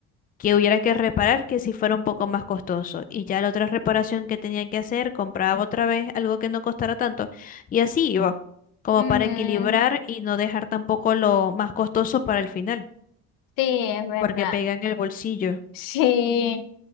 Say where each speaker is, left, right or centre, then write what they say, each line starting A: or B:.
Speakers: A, on the left (about 25°); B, on the left (about 75°).
A: que hubiera que reparar que sí fuera un poco más costoso, y ya la otra reparación que tenía que hacer, compraba otra vez algo que no costara tanto, y así iba, como
B: ujú,
A: para equilibrar y no dejar tampoco lo más costoso para el final
B: sí, es verdad.
A: porque pega
B: <laughs>
A: en el bolsillo.
B: Sí.